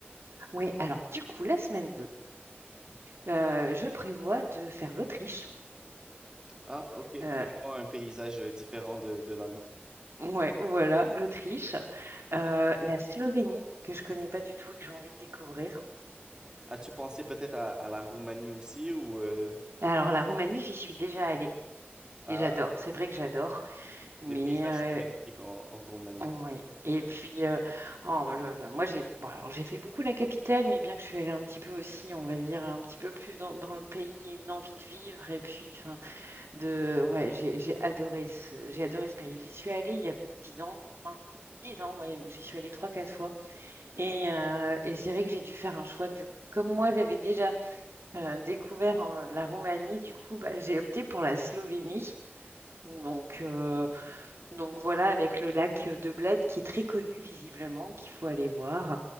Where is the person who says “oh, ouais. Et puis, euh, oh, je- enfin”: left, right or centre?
Right